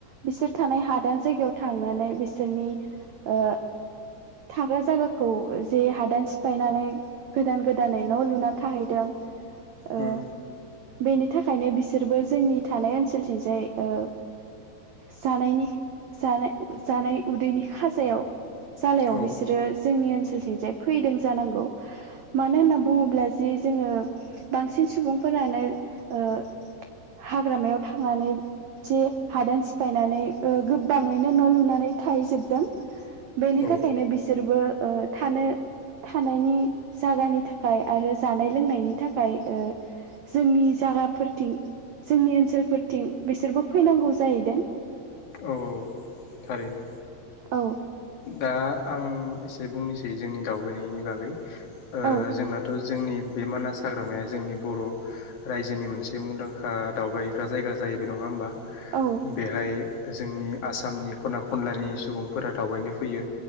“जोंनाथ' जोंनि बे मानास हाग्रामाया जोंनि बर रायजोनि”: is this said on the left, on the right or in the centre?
Left